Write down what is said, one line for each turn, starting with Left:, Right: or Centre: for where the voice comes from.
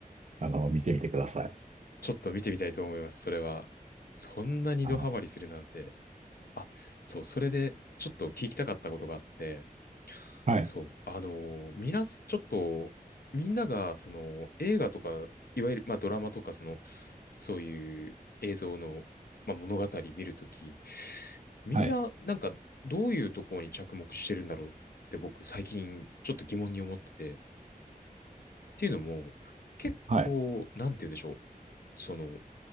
Right: あの、見てみてください。
Left: ちょっと見てみたいと思います、それは。そんなにドハマりするなんて。
Right: は
Left: あ、そう、それでちょっと聞きたかったことがあって、
Right: い、
Left: そう、あのー、みなす、ちょっと、みんなが、その、映画とか、いわゆる、まあ、ドラマとか、その、そういう映像の、まあ、物語見るとき、みんな、
Right: はい、
Left: なんか、どういうところに着目してるんだろうって僕、最近、ちょっと疑問に思ってて、っていうのも、結構、
Right: はい。
Left: なんて言うんでしょう。その、